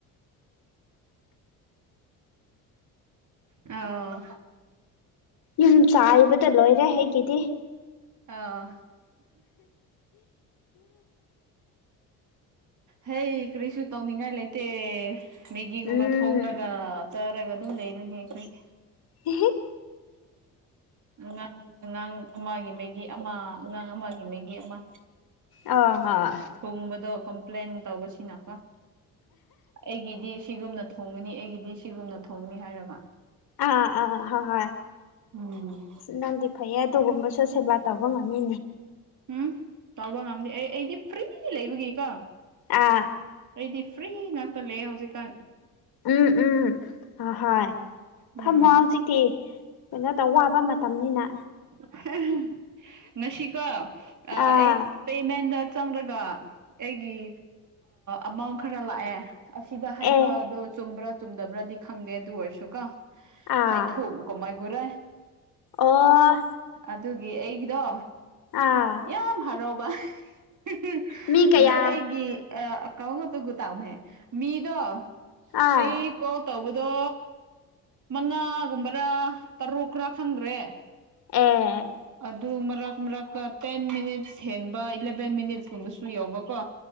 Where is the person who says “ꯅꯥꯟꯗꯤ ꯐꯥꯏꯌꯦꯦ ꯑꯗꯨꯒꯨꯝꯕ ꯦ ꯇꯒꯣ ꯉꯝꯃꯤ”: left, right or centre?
Left